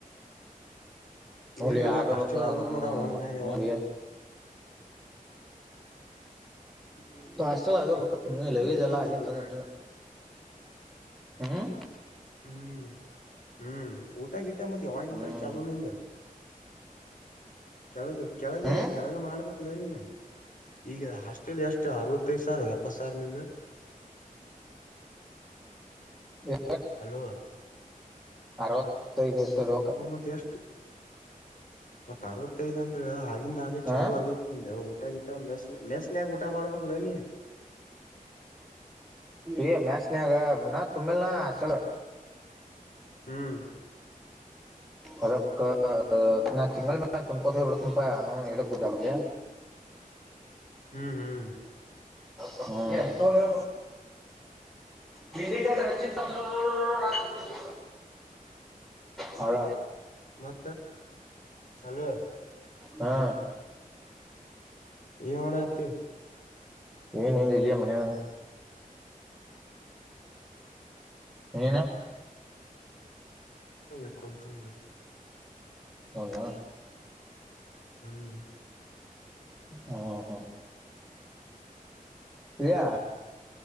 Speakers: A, on the left (about 65°); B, in the centre.
A: ಏನ್
B: ನೋಡ್
A: ನೋಡಾಂವ್
B: ಆಗಬೇಕು
A: ಹಾಸ್ಟೆಲ್ ಆಗೂದ್ ನೋಡಾಂವೋ
B: ಮತ್
A: ಇನಾ ಯಾವಾಮೊ
B: ಮನ
A: ಹುಂ ಮತ್ತ್ ನಿಮ್
B: ಹಾಸ್ಟೆಲ್
A: ಬೆ ಮನ್ಯಾಗ
B: ಆಗಬೇಕು
A: ಹೇಳ್ಕೊಬೇಕಪಾ
B: ನೀ ಲಗೇಜ್ ಎಲ್ಲ
A: ನೀ
B: ಅಲ್ಲೇ ತಂದಿಟ್ಟನು
A: ಆ
B: ಹ್ಮ್
A: ಹ್ಮ ಹ್ಮ ಊಟಾ ಗೀಟಾ ಮತ್ ಯಾವಾಗಿಂತ
B: ಹ್ಮ್
A: ಚಾಲು ನಿಂದ ಕೆಳಗ ಕೆಳಗ
B: ಹ್ಮ್
A: ಕೆಳಗಾ ಮಾಡ್ಬೇಕ ಅಲಾ ನೀ. ಈಗ ಹಾಸ್ಟೆಲ್ ಎಷ್ಟು ಅರವತ್ತೈದು ಸಾವಿರ ಎಪ್ಪತ್ ಸಾವಿರ ನಿಂದು.
B: <unintelligible>
A: ಅಲ್ವ
B: ಅರವತ್ತು ಐದು ಐತಿ ನೋಡು
A: ಮತ್ತ್ ಎಷ್ಟು ಮತ್ ಅರವತ್ತು ಐದು ಅಂದ್ರ ಇಂಗ್ ಹಾಗೆ
B: ಹ
A: ಚಾಲು ಆಗಿತ್ ನಿಂದ ಊಟ ಗಿಟ ಮೆಸ್ಸ್ ಮೆಸ್ನ್ಯಾಗ ಊಟ ಮಾಡಬೇಕಿಲ್ಲ ನೀ.
B: ಎ ಮ್ಯಾಸ್ ನ್ಯಾಗ ಇನ್ನ ತುಂಬಿಲ್ಲ ನಾ ಆಸಲ.
A: ಹ್ಮ್
B: <unintelligible> ನಾ ತಿಂಗಳ ಮ್ಯಾಲ ತುಂಬಕೋತ ಹೋಗಿಬುಡ್ತೀನಿ ಪಾ ನೌನ ಯದುಕ ಗುದ್ದ್ಯಾಡದು.
A: ಹ್ಮ್ ಹ್ಮ್
B: ಹ <unintelligible> ಹ್ಮ ಗಲ್ಲಿ ಕ ರಚ <unintelligible> ಹಳ
A: ಮತ್ತ ಅಲ್ವ
B: ಹಾ
A: ಏನ್ ಮಾಡಅತ್ತಿ.
B: ಏನಿಲ್ಲ ಇಲ್ಲೇ ಮನ್ಯಾಗ. ಹೇನಾ
A: ಇಲ್ಲಿ ಕುಂತೀನ್ರೀ.
B: ಹೌದ
A: ಹ್ಮ್
B: ಹ್ಮ್ ಹಾ ಇಯಾ